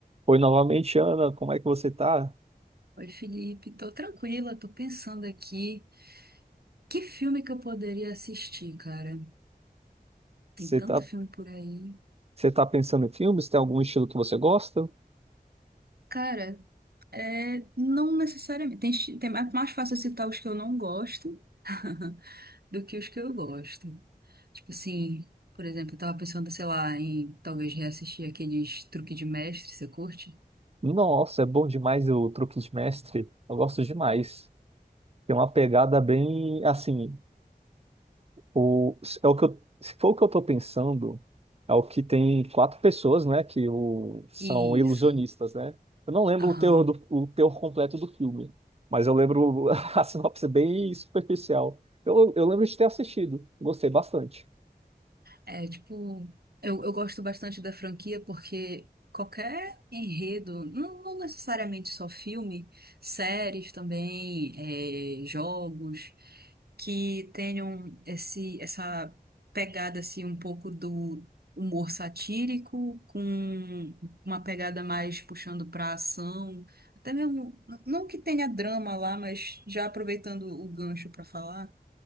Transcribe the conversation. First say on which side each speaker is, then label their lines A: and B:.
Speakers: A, on the right; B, on the right.
A: Oi, novamente, Ana, como é que você tá?
B: Oi, Felipe, tô tranquila, tô pensando aqui. Que filme que eu poderia assistir, cara? Tem
A: Você
B: tanto
A: tá,
B: filme por aí.
A: você tá pensando em filmes? Tem algum estilo que você gosta?
B: Cara, é, não necessariamente. Tem, chi- tem, é mais fácil citar os que eu não gosto <laughs> do que os que eu gosto. Tipo assim, por exemplo, eu tava pensando, sei lá, em talvez reassistir aqueles Truque de Mestre, você curte?
A: Nossa, é bom demais o Truque de Mestre. Eu gosto demais. Tem uma pegada bem, assim, o, é o que eu, se for o que eu tô pensando, é o que tem quatro pessoas, né, que o, são
B: Isso.
A: ilusionistas, né? Eu não lembro
B: Aham.
A: o teor, do, o teor completo do filme, mas eu lembro <laughs> a sinopse bem superficial. Eu, eu lembro de ter assistido, gostei bastante.
B: É, tipo, eu, eu gosto bastante da franquia porque qualquer enredo, não, não necessariamente só filme, séries também, é, jogos, que tenham esse, essa pegada, assim, um pouco do humor satírico, com uma pegada mais puxando pra ação, até mesmo, não que tenha drama lá, mas já aproveitando o gancho pra falar